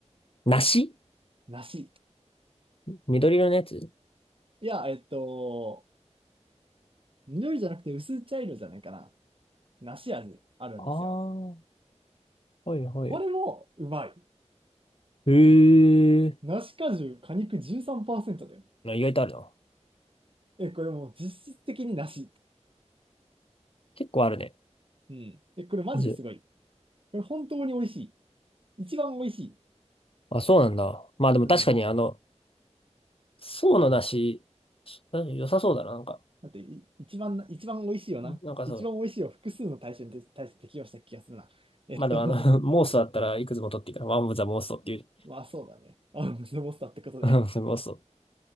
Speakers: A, on the left; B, on the right.
A: 梨
B: 梨。
A: 緑色のやつ
B: いや、えっと、緑じゃなくて薄茶色じゃないかな。梨味あるんですよ。
A: ああー、はいはい。
B: これもうまい。
A: へえ。
B: 梨果汁、果肉13%で。
A: あ意外とあるな。
B: え、これもう実質的に梨。
A: 結構あるね。
B: うん。え、これマジですごい。
A: 味
B: これ本当に美味しい。一番美味しい。
A: あ、そうなんだ。まあでも確かにあの、
B: うん。
A: 層の梨、良さそうだな。なんか、
B: だって、い一番、一番美味しいよな。
A: なんかそう、
B: 一番美味しいを複数の対象にて対して適用した気がするな。えっと、
A: まあでもあの、<laughs> 妄想だったらいくつも取っていいから、ワンオブザ妄想っていう。
B: <laughs> まあそうだね。あ、ムスボスターってことで。
A: <laughs> 妄想。